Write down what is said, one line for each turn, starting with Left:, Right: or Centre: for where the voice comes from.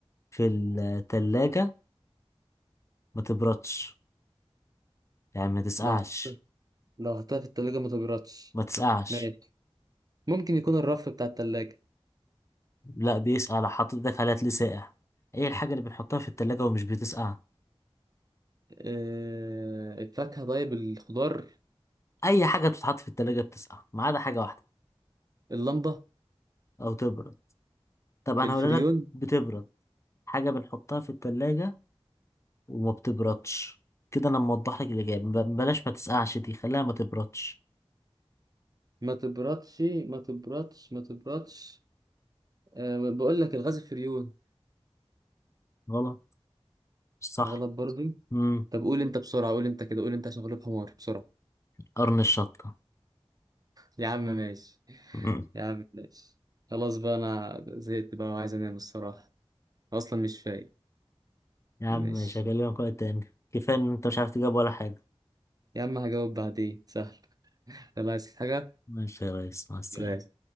Left: في التلاجة ما تبردش يعني ما تسقعش
Right: لو حطيتها لو حطيتها في التلاجة ما تبردش
Left: ما تسقعش
Right: ماشي ممكن يكون الرف بتاع التلاجة
Left: لا بيسقع لو حطيت ايدك عليها تلاقيه ساقع ايه الحاجة اللي بنحطها في التلاجة ومش بتسقع
Right: آه، الفاكهة طيب الخضار
Left: اي حاجة بتتحط في التلاجة بتسقع ما عدا حاجة واحدة
Right: اللمبة
Left: او تبرد طب انا
Right: الفريون
Left: هقول لك بتبرد حاجة بنحطها في التلاجة وما بتبردش كده انا موضح لك الاجابة ب- بلاش ما تسقعش دي خليها ما تبردش
Right: ما تبردش ما تبردش ما تبردش أه بقول لك الغاز الفريون
Left: غلط مش صح
Right: غلط برضه
Left: امم
Right: طب قول انت بسرعة قول انت كده قول انت عشان غلوب حمار بسرعة
Left: قرن الشطة
Right: يا عم ماشي
Left: مم.
Right: يا عم ماشي خلاص بقى انا زهقت بقى وعايز انام الصراحة اصلا مش فايق
Left: يا عم
Right: ماشي
Left: مش هكلمك وقت تاني كفاية ان انت مش عارف تجاوب ولا حاجة
Right: يا عم هجاوب بعدين سهل يلا عايز حاجة
Left: ماشي يا ريس مع السلامة
Right: بلاش